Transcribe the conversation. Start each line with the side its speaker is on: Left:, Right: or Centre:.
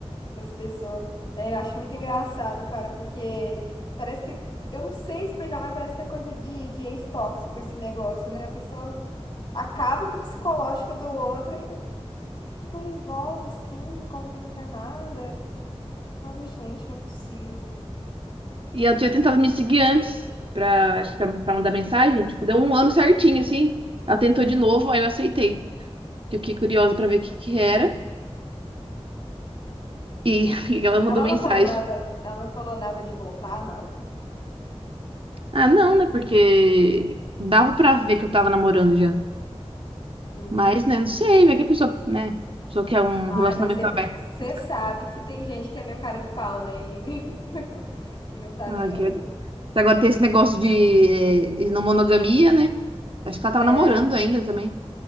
Left: das pessoas. É, eu acho muito engraçado, cara, porque parece que, eu não sei explicar, mas parece que é coisa de, de ex-tóxico esse negócio, né? A pessoa acaba com o psicológico do outro e depois volta assim, como que não quer nada. Eu falo, gente, não é possível.
Right: E ela tinha tentado me seguir antes, pra, acho que pra, pra mandar mensagem, tipo, deu um ano certinho, assim. Ela tentou de novo, aí eu aceitei. que Eu fiquei curiosa pra ver o que que era, e, <laughs> e ela mandou
Left: Ela
Right: mensagem.
Left: não falou nada, ela não falou nada de voltar, não?
Right: Ah, não, né? Porque dava pra ver que eu tava namorando já.
Left: Hum.
Right: Mas, né, não sei, vai que a pessoa, né? A pessoa quer um
Left: Ai,
Right: relacionamento
Left: mas
Right: aberto.
Left: você sabe que tem gente que é meio cara de pau, né? E, <laughs> e não tá
Right: Ah,
Left: nem aí.
Right: que... Até Agora tem esse negócio de, eh, de não monogamia, né? Acho que ela tava
Left: É.
Right: namorando ainda também.